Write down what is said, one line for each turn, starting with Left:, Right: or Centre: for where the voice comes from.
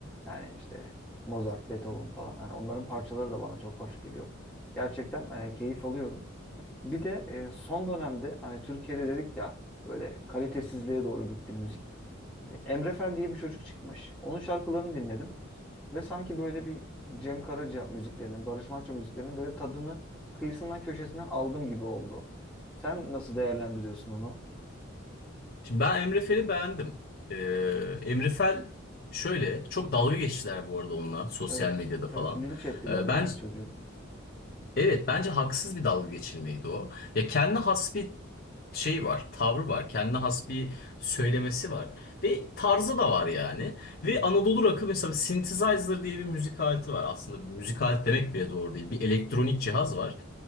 Centre: Yani işte Mozart, Beethoven falan. Hani onların parçaları da bana çok hoş geliyor. Gerçekten e, keyif alıyorum. Bir de e, son dönemde hani Türkiye'de dedik ya böyle kalitesizliğe doğru gitti müzik. E, Emre Fel diye bir çocuk çıkmış. Onun şarkılarını dinledim ve sanki böyle bir Cem Karaca müziklerinin, Barış Manço müziklerinin böyle tadını kıyısından köşesinden aldım gibi oldu. Sen nasıl değerlendiriyorsun onu?
Left: Şimdi ben Emre Fel'i beğendim. Ee, Emre Fel şöyle çok dalga geçtiler bu arada onunla sosyal
Centre: Evet,
Left: medyada falan.
Centre: evet linç ettiler
Left: Ee,
Centre: yani
Left: ben
Centre: çocuğu.
Left: Evet bence haksız bir dalga geçilmeydi o. Ya kendi has bir şey var, tavrı var, kendi has bir söylemesi var ve tarzı da var yani. Ve
Centre: Hı hı.
Left: Anadolu rock'ı mesela synthesizer diye bir müzik aleti var. Aslında bir müzik aleti demek bile doğru değil. Bir elektronik cihaz var